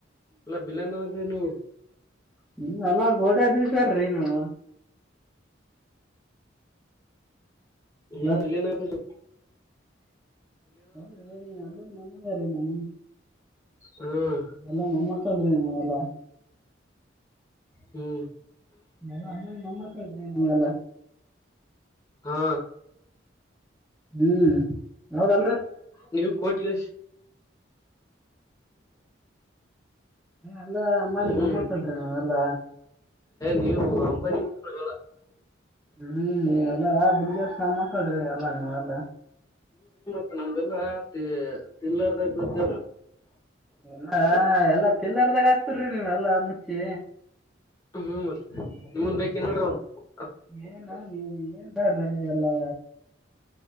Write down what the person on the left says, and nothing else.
ಎಲ್ಲ ಬಿಿಲ್ಲಂದ್ರ ನೀವು
ಹ ವಿಲಯನಗರ್
ಹ್ಮ್
ಹ್ಮ್
ಹಾ
ನೀವು ಕೋಟಿವಸ
ಹ್ಮ್
ನೀವು ಅಂಬನಿ ಲ್ಲ
ನಮಲ್ಲ ತಿಲಾರದ ಬದ
ಹ್ಮ್ ಮತ್ ನಿಮಂದ ಬೇಕ ನೋಡ್ರ ಅವ